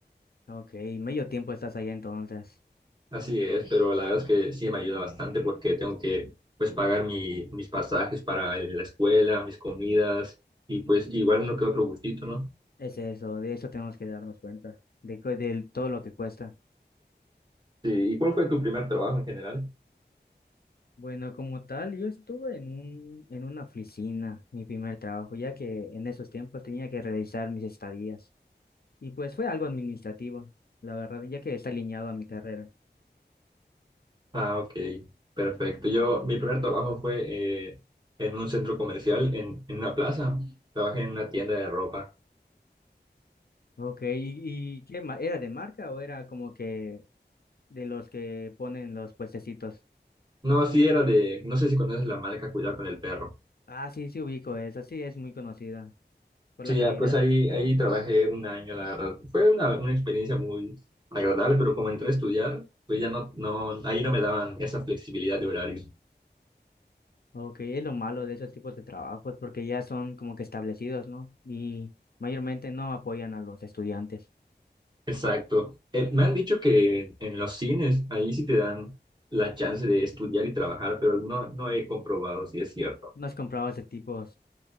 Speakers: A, on the left; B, on the right.
A: Ok, medio tiempo estás allá entonces.
B: Así es, pero la verdad es que sí me ayuda bastante porque tengo que pues pagar mi, mis pasajes para la escuela, mis comidas y pues igual uno que otro gustito, ¿no?
A: Es eso, de eso tenemos que darnos cuenta, de, cu- de todo lo que cuesta.
B: Sí, ¿y cuál fue tu primer trabajo en general?
A: Bueno, como tal, yo estuve en un, en una oficina, mi primer trabajo, ya que en esos tiempos tenía que realizar mis estadías. Y pues fue algo administrativo, la verdad, ya que está alineado a mi carrera.
B: Ah, ok, perfecto. Yo, mi primer trabajo fue eh, en un centro comercial, en, en una plaza. Trabajé en una tienda de ropa.
A: Ok, ¿y, y qué ma- ¿Era de marca o era como que de los que ponen los puestecitos?
B: No, sí era de, no sé si conoces la marca Cuidado con el Perro.
A: Ah, sí, sí, ubico eso, sí, es muy conocida por
B: Sí,
A: la calidad.
B: ya, pues ahí, ahí trabajé un año, la verdad. Fue una, una experiencia muy agradable, pero como entré a estudiar, pues ya no, no, ahí no me daban esa flexibilidad de horario.
A: Ok, es lo malo de esos tipos de trabajos, porque ya son como que establecidos, ¿no? Y mayormente no apoyan a los estudiantes.
B: Exacto. Eh, me han dicho que en los cines, ahí sí te dan la chance de estudiar y trabajar, pero no, no he comprobado si es cierto.
A: ¿No has comprado ese tipo?